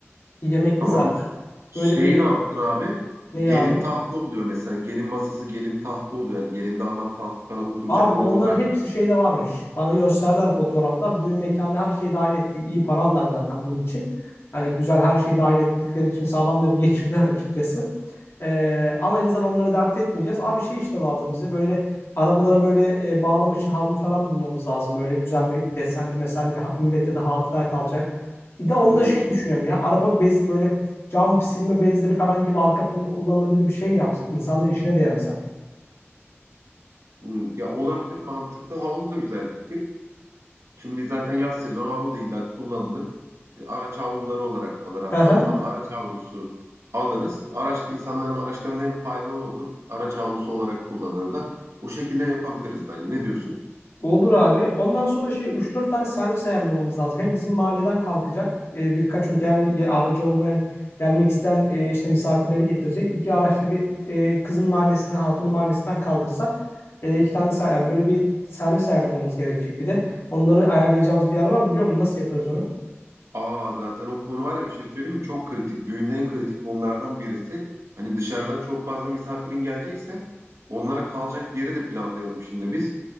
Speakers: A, on the left (about 65°); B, on the right (about 85°).
A: Yemekli
B: tamam.
A: zaten.
B: Şey
A: Böyle bir
B: ne yaptın abi?
A: ne
B: Gelin
A: abi?
B: tahtı oluyor mesela. Gelin masası gelin tahtı oluyor. Yani gelin damat tahtı falan oturacağını
A: Abi onların
B: normal.
A: hepsi şeyde varmış. Bana gösterdiler fotoğraflar. Düğün mekanına her şeyi dahil ettik. İyi para aldılar zaten bunun için. Hani güzel her şeyi dahil ettikleri için sağlam da bir <laughs> geçirdiler açıkçası. Ee, ama en azından onları dert etmeyeceğiz. Abi şey işte lazım bize böyle arabalara böyle e, bağlamak için havlu falan bulmamız lazım. Böyle güzel bir desenli mesenli bir ha- millete de hatıra kalacak. Bir de onu
B: Hmm,
A: da şey düşünüyorum ya araba bez böyle cam silme bezleri falan gibi arka planı kullanılabilir bir şey mi yapsak? İnsanların işine de yarasa.
B: hmm. Ya olabilir mantıklı. Havlu da güzel fikir. Şimdi zaten yaz sezonu havlu da illa kullanılır. E, Araç havluları olarak kalır. Hatta
A: <laughs>
B: olmadı araç havlusu alırız. Araç insanların araçlarına hem faydalı olur. Araç havlusu olarak kullanırlar. O şekilde yapabiliriz bence. Ne diyorsun?
A: Olur abi. Ondan sonra şey üç dört tane servis ayarlamamız lazım. Hem bizim mahalleden kalkacak e, birkaç o gelme, aracı olmayan gelmek isteyen e, işte misafirleri getirecek. İki araçla bir e, kızın mahallesinden hatunun mahallesinden kaldırsak e, iki tane de ser- yani böyle bir servis ayarlamamız gerekecek bir de. Onları ayarlayacağımız bir yer var mı biliyor musun? Nasıl yaparız onu?
B: Aa zaten o konu var ya bir şey söyleyeyim mi? Çok kritik. Düğünde en kritik konulardan birisi. Hani dışarıdan çok fazla misafirin gelecekse onlara kalacak yeri de planlayalım şimdi biz.